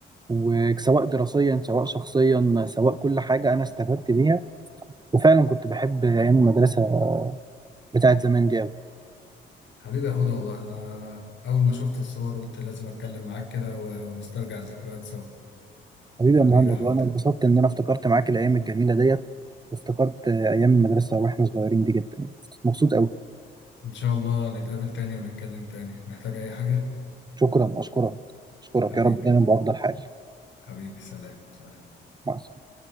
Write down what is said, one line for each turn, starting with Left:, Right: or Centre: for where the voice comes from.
Right: وسواء دراسيا سواء شخصيا سواء كل حاجة أنا استفدت بيها وفعلا كنت بحب أيام المدرسة بتاعت زمان دي أوي
Left: حبيبي يا هدى والله أنا أول ما شفت الصور قلت لازم أتكلم معاك كده و- ونسترجع الذكريات سوا
Right: حبيبي
Left: حبيبي
Right: يا مهند
Left: يا هدى
Right: وأنا اتبسطت إن أنا افتكرت معاك الأيام الجميلة ديت وافتكرت أيام المدرسة وإحنا صغيرين دي جدا يعني مبسوط أوي
Left: إن شاء الله نتقابل تاني ونتكلم تاني محتاج أي حاجة؟
Right: شكرا أشكرك أشكرك
Left: حبيبي
Right: يا رب دايما بأفضل حال
Left: حبيبي سلام سلام
Right: مع السلامة